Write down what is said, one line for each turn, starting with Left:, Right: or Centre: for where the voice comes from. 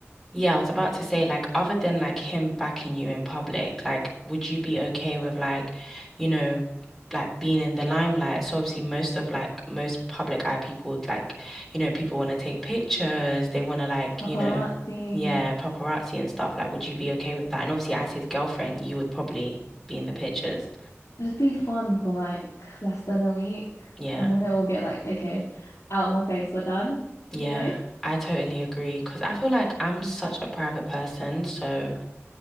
Centre: yeah, I was about to say, like, other than like him backing you in public, like, would you be okay with like, you know, like being in the limelight? So obviously, most of like most public eye people, like, you know, people want to take pictures, they want to like,
Left: Paparazzi.
Centre: you know, yeah, paparazzi and stuff. Like, would you be okay with that? And obviously, as his girlfriend, you would probably be in the pictures.
Left: It'd be fun for like less than a week.
Centre: Yeah,
Left: And then it will get like, okay, out of my face, we're done,
Centre: yeah,
Left: you know?
Centre: I totally agree because I feel like I'm such a private person, so.